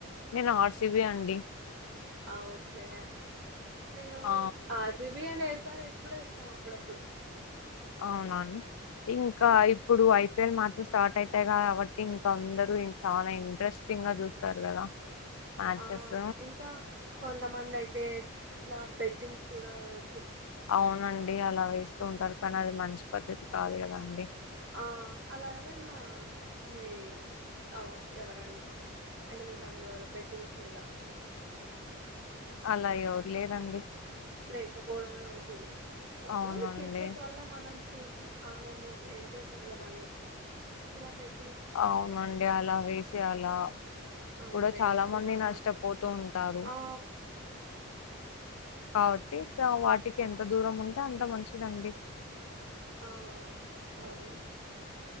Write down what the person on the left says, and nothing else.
నేను ఆర్ట్స్ సివి అండి
ఆ!
అవునండి ఇంకా
ఇప్పుడు అయి ఏప్రిల్ మార్చి స్టార్ట్ అయితాయి కాబట్టి ఇంక అందరు చానా ఇంట్రెస్టింగ్ గా చూస్తారు కదా మ్యాచెస్
అవునండి అలా వేస్త ఉంటారు కానీ అది మంచి పద్ధతి కాదు కదా అండి
అలా ఎవరు లేరండి
అవునండి
అవునండి అలా వేసే అలా
కూడా
చాలా మంది
నష్టపోతూ
ఉంటారు
కాబట్టి వాటికి ఎంత దూరం ఉంటే అంత మంచిదండి